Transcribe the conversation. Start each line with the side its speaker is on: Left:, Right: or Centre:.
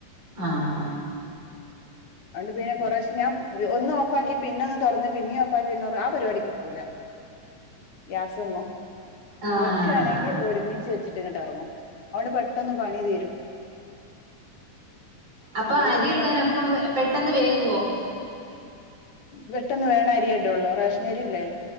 Right: ആഹ്
Left: അതോണ്ട് പിന്നെ കുറേ ഞാൻ ഒന്ന് ഓഫാക്കി പിന്നെ തുറന്ന് പിന്നെയും ഓഫാക്കിയെന്ന് ആഹ് പരിപാടിക്ക്. ക്കൂല ഗ്യാസ് വന്നോ,
Right: ആഹ് ആഹ്
Left: വെക്കുയാണെങ്കിൽ ഒരുമിച്ച്. ഒരുമിച്ചു വെച്ചിട്ട് ഇങ്ങട്ട് ഇറങ്ങും, അതോണ്ട് പെട്ടെന്ന് പണി തീരും.
Right: അപ്പൊ
Left: നമ്മളിങ്ങനെ
Right: അരി ഇടാൻ അപ്പം പെട്ടെന്ന് വേക്കുമോ?
Left: പെട്ടെന്ന് വേക്കേണ് അരിയെ ഇടുള്ളൂ റേഷൻ അരിയില്ലേ,